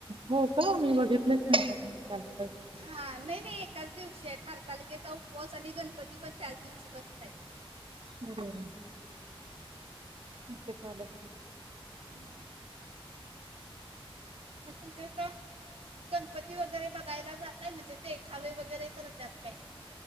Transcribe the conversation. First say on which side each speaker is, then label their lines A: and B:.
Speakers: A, on the right; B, on the right.
A: हो का मी बघितलंच नाय कॅलेंड्रात.
B: हा नाय नाय एकाच दिवशी आयत हारतालिकेचा उपवास आणि गणपती पण त्याच दिवशी बसतायत.
A: अरे वा. मग तेच आलं की नाय?
B: हम्म. म तुमच्या हिकडं गणपती वगैरे बघायला जातय म्हणजे देखावे वगैरे करत्यात काय?